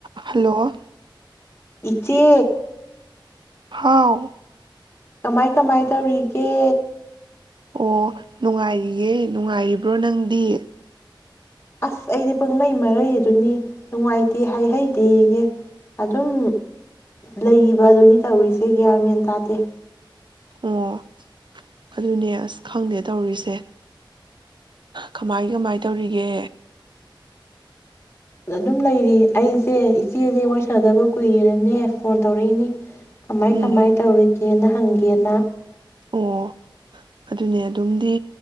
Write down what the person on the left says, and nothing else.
ꯏꯆꯦ
ꯀꯃꯥꯏ ꯀꯃꯥꯏ ꯇꯧꯔꯤꯒꯦ
ꯑꯁ ꯑꯩꯗꯤ ꯄꯪꯂꯩ ꯃꯔꯩ ꯑꯗꯨꯅꯤ ꯅꯨꯡꯉꯥꯏꯇꯦ ꯍꯥꯏꯍꯩꯗꯦꯌꯦ ꯑꯗꯨꯝ ꯂꯩꯔꯤꯕ ꯑꯗꯨꯅꯤ ꯇꯧꯔꯤꯁꯦ ꯒ꯭ꯌꯥꯟꯃꯦꯟ ꯇꯥꯗꯦ
ꯑꯗꯨꯝ ꯂꯩꯔꯤ ꯑꯩꯁꯦ ꯏꯆꯦꯁꯦ ꯋꯥꯔꯤ ꯁꯥꯟꯅꯗꯕ ꯀꯨꯏꯔꯦꯅꯅꯦ ꯐꯣꯟ ꯇꯧꯔꯛꯏꯅꯤ ꯀꯃꯥꯏ
ꯀꯃꯥꯏ ꯇꯧꯔꯤꯒꯦꯅ ꯍꯪꯒꯦꯅ